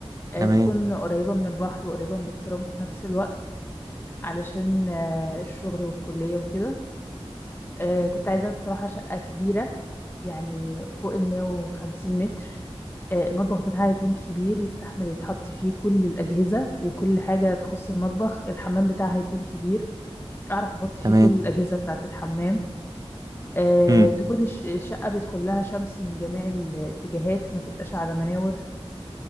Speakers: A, on the left; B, on the right.
A: آه،
B: تمام
A: تكون قريبة من البحر وقريبة من الترام في نفس الوقت علشان آه، الشغل والكلية وكده آه كنت عايزة الصراحة شقة كبيرة يعني فوق المية وخمسين متر آه المطبخ بتاعها يكون كبير يستحمل يتحط فيه كل الأجهزة وكل حاجة تخص المطبخ الحمام بتاعها يكون كبير أعرف أحط فيه
B: تمام
A: كل الأجهزة بتاعة الحمام آه
B: امم
A: تكون الش- الشقة بيدخل لها شمس من جميع الاتجاهات ما تبقاش على مناور